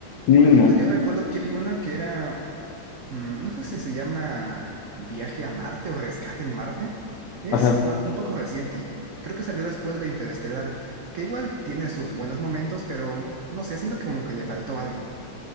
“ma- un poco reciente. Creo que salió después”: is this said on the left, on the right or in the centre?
Right